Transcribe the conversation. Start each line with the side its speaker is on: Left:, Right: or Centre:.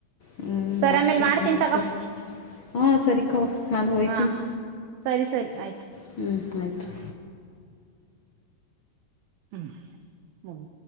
Left: ಹ್ಞೂ
Right: ಸರಿ
Left: ಅಷ್ಟೇ
Right: ಆಮೇಲ್ ಮಾಡ್ತೀನಿ
Left: ನನ್ಕ
Right: ತಗೋ
Left: ಹಾಂ ಸರಿ ಕವಾ ನಾನು ಹೊಯ್ತೀನಿ
Right: ಹಾ ಸರಿ ಸರಿ ಆಯ್ತು
Left: ಹ್ಞೂ ಆಯಿತು
Right: ಹ್ಮ್ ಹೌದು